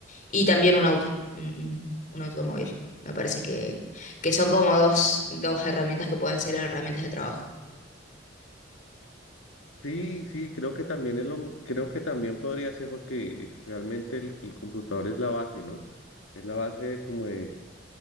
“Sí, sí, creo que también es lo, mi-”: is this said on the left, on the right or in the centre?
Left